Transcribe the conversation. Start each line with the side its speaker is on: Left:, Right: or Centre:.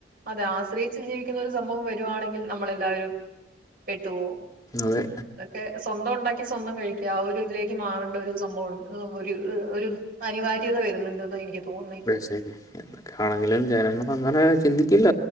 Right: അതെ ആശ്രയിച്ച് ജീവിക്കുന്ന ഒരു സംഭവം വരുവാണെങ്കിൽ നമ്മളെല്ലാവരും പെട്ടുപോവും
Left: അതെ
Right: ക്കെ സ്വന്തം ഒണ്ടാക്കി സ്വന്തം കഴിക്കാ ആ ഒരു ഇതിലേക്ക് മാറണ്ടെ ഒരു സംഭവൊണ്ട് ആഹ് ഒരു ഏഹ് ഒരു അനിവാര്യത വരുന്നുണ്ട്ന്നാ എനിക്ക് തോന്നുന്നു ഇപ്പൊ
Left: <unintelligible> ശരി എന്തൊക്കെയാണെങ്കിലും ജനങ്ങളങ്ങനെ ചിന്തിക്കില്ല